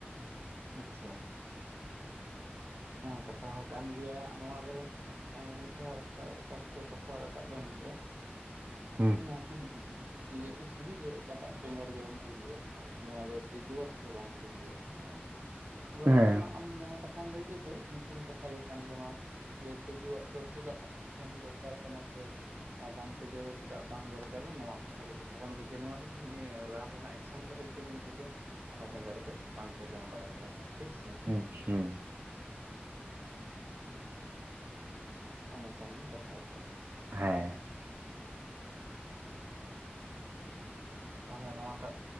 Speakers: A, on the right; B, on the right.
A: ᱟᱪᱷᱟ ᱾ ᱦᱮᱸ ᱠᱟᱛᱷᱟ ᱦᱚᱸ ᱠᱟᱱ ᱜᱮᱭᱟ ᱱᱚᱣᱟ ᱨᱮᱸᱻ ᱾ ᱦᱮᱸ ᱢᱤᱫ ᱫᱷᱟᱣ ᱚᱱᱠᱟ ᱚᱠᱟᱨᱮᱪᱚ ᱠᱟᱛᱷᱟ ᱨᱟᱠᱟᱵ ᱞᱮᱱ ᱜᱮᱭᱟ
B: ᱦᱩᱸ
A: ᱚ ᱠᱩᱞᱤ ᱠᱩᱵᱤᱱ ᱡᱮ ᱥᱟᱹᱨᱤᱜᱮ ᱚᱠᱟᱴᱟᱜ ᱵᱮᱸᱜᱟᱲ ᱡᱚᱢ ᱵᱷᱟᱜᱤᱭᱟ ᱱᱚᱣᱟ ᱫᱚ ᱛᱤᱡᱩᱣᱟᱜ ᱥᱮ ᱵᱟᱝ ᱛᱤᱡᱩᱣᱟᱜ ᱦᱮᱸ ᱟᱫᱚ
B: ᱦᱮᱸ
A: ᱚᱸᱰᱮᱱᱟᱜ ᱟᱢ ᱡᱟᱦᱟᱸ ᱠᱟᱛᱷᱟᱢ ᱞᱟᱹᱭ ᱤᱱᱠᱟᱹᱱ ᱠᱟᱛᱷᱟ ᱜᱮ ᱠᱟᱱ ᱜᱮᱭᱟ ᱱᱚᱣᱟ ᱡᱮ ᱛᱤᱡᱩᱣᱟᱜ ᱫᱚ ᱪᱮᱫᱟᱜ ᱡᱚᱢ ᱫᱚᱨᱠᱟᱨ ᱠᱟᱱᱟ ᱥᱮ ᱟᱨ ᱵᱟᱝ ᱛᱮᱡᱚᱜ ᱫᱚ ᱪᱮᱫᱟᱜ ᱵᱟᱝ ᱫᱚᱨᱠᱟᱨᱟ ᱱᱚᱣᱟ ᱫᱚ ᱥᱟᱹᱨᱤ ᱠᱟᱛᱷᱟ ᱠᱟᱱ ᱜᱮ ᱡᱮ ᱱᱚᱣᱟ ᱨᱮᱫᱚ ᱨᱟᱱ ᱨᱮᱱᱟᱜ ᱥᱮᱱ ᱠᱷᱟᱹᱛᱤᱨ ᱛᱮᱜᱮ ᱩᱱᱠᱩ ᱫᱚ ᱚᱱᱟ ᱵᱮᱸᱜᱟᱲ ᱫᱚ ᱵᱟᱝᱠᱚ ᱡᱚᱢ ᱫᱟᱲᱮ ᱠᱟᱣᱫᱟ ᱴᱷᱤᱠ ᱥᱮ
B: ᱦᱮᱸ ᱦᱮᱸ <unintelligible>
A: ᱱᱚᱝᱠᱟᱱ ᱠᱟᱛᱷᱟ ᱛᱚ
B: ᱦᱮᱸ
A: ᱛᱟᱦᱚᱞᱮ ᱱᱚᱣᱟᱴᱟᱜ